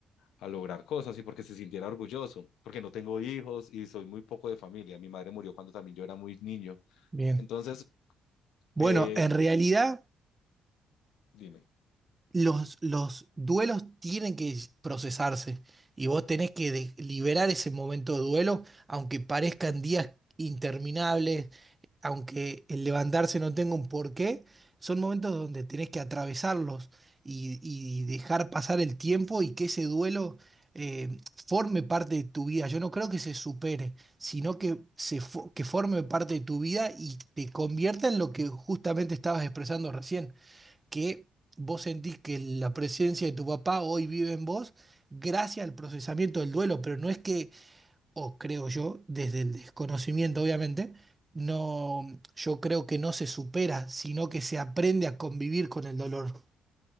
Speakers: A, on the left (about 80°); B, on the right (about 20°).
A: a, lograr cosas y porque se sintiera orgulloso, porque no tengo hijos y soy muy poco de familia. Mi madre murió cuando también yo era muy niño.
B: bien.
A: Entonces,
B: Bueno,
A: eh,
B: en realidad...
A: dime,
B: Los, los duelos tienen que procesarse y vos tenés que de- liberar ese momento de duelo, aunque parezcan días interminables, aunque el levantarse no tenga un porqué, son momentos donde tenés que atravesarlos y, y dejar pasar el tiempo y que ese duelo eh, forme parte de tu vida. Yo no creo que se supere, sino que, se fo- que forme parte de tu vida y te convierta en lo que justamente estabas expresando recién que vos sentís que la presencia de tu papá hoy vive en vos gracias al procesamiento del duelo, pero no es que, o creo yo, desde el desconocimiento obviamente, no, yo creo que no se supera, sino que se aprende a convivir con el dolor.